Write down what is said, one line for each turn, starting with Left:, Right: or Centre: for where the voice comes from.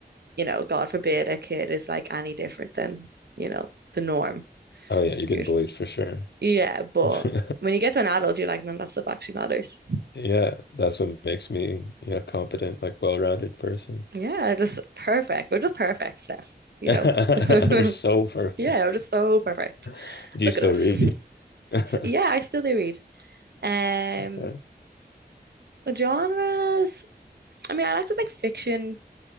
Right: you know, God forbid a kid is like any different than, you know, the norm.
Left: Oh yeah, you're
Right: You're,
Left: getting bullied for sure.
Right: yeah, but
Left: <laughs>
Right: when you get to an adult, you're like, none of that stuff actually matters.
Left: Yeah, that's what makes me, yeah, competent, like well-rounded person.
Right: Yeah, just perfect. We're just perfect, Steph,
Left: <laughs>
Right: you
Left: We're
Right: know.
Left: so
Right: <laughs>
Left: perfect.
Right: Yeah, I are just so perfect.
Left: <laughs> Do
Right: Look
Left: you still
Right: at us.
Left: read? <laughs>
Right: So, yeah, I still do read. Um,
Left: Yeah.
Right: genres. I mean, I like to like fiction,